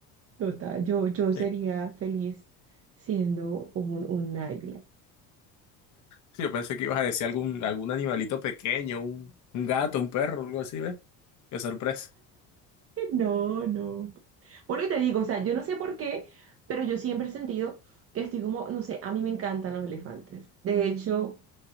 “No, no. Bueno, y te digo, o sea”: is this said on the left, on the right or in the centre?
Right